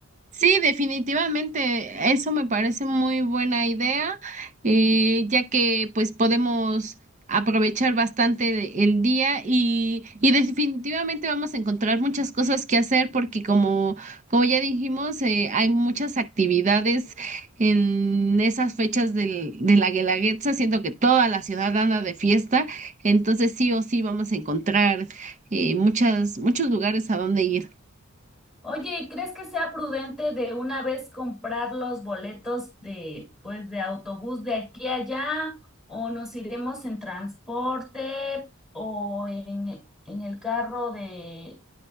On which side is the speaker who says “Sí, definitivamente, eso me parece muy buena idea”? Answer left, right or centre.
Right